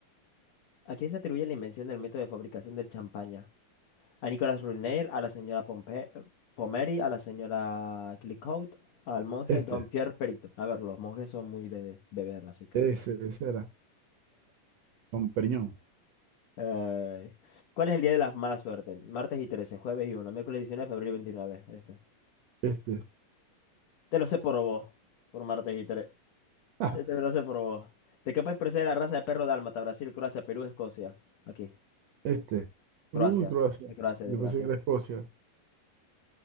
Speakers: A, on the left; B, on the right.
A: ¿A quién se atribuye la invención del método de fabricación del champaña? A Nicolas Ruinier, a la señora Pompe- Pomeri, a la señora Clicquot, al monje
B: Este,
A: Don Pierre Perito. A ver, los monjes son muy de beber, así que.
B: ese, ese era. Don Periñón.
A: Ay. ¿Cuál es el día de la mala suerte? Martes y 13, jueves y uno, miércoles 19, febrero y 29. Este.
B: Este,
A: Te lo sé por vos, por martes y 13.
B: <laughs>
A: Este
B: ah,
A: me lo sé por vos. ¿De qué país procede la raza de perro dálmata? Brasil, Croacia, Perú, Escocia. Aquí,
B: este. Uy,
A: Croacia.
B: Croacia.
A: De Croacia,
B: Yo
A: de Croacia.
B: pensé que era Escocia.